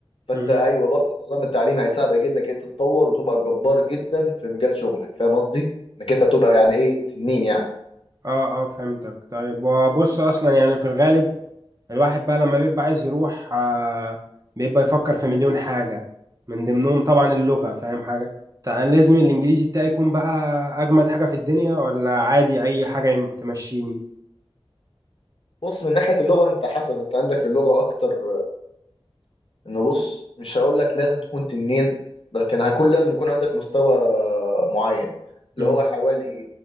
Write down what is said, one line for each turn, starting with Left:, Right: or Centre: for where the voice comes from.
Left: فانت
Right: مم.
Left: ايوه برضه النظام التعليمي هيساعدك انك انت تتطور وتبقى جبار جدا في مجال شغلك فاهم قصدي؟ انك انت تبقى يعني ايه تنين يعني
Right: اه اه فهمتك طيب وبص اصلا يعني في الغالب الواحد بقى لما بيبقى عايز يروح آه بيبقى يفكر في مليون حاجة من ضمنهم طبعا اللغة فاهم حاجة فأنا لازم الإنجليزي بتاعي يكون بقى أجمد حاجة في الدنيا ولا عادي أي حاجة يم- تمشيني
Left: بص من ناحيه اللغه انت حسب انت عندك اللغه اكتر انه بص مش هقول لك لازم تكون تنين ده كان هيكون لازم يكون عندك مستوى معين اللي
Right: مم.
Left: هو حوالي